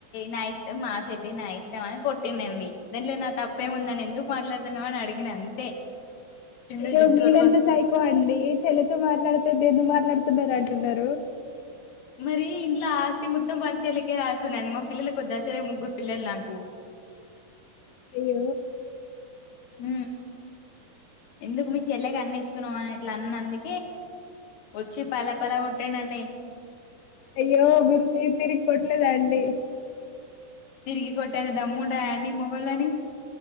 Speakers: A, on the left (about 75°); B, on the left (about 90°).
A: నా ఇష్టం మా చెల్లి నా ఇష్టం అని కొట్టినండి దాంట్లో నా తప్పేముందని ఎందుకు మాట్లాడుతున్నా అని అడిగిన అంతే చుండు
B: అయ్యో
A: జుట్టు
B: మీరంతా
A: పట్టుకొని
B: సైకో అండి చెల్లెతో మాట్లాడితే దేని మాట్లాడుతున్నారు అంటున్నారు
A: మరి ఇంట్లో స్తి మొత్తం పలుచేలకే రాసుండండి మా పిల్లలకి వద్ాసరే ముగ్గురు పిల్లలు నాకు
B: అయ్య
A: హ ఎందుకు మీ చెల్లక అన్నిీ ఇస్తున్నావు అని ఇట్లా అన్ని అంది వచ్చి పల్లాె పలా కొట్టటిండండి
B: అయ్యో గురుద తిరిగి కొట్లేదా అండి
A: తిరిగి కొట్టె అ దమ్ముడా ఎని మగల్ని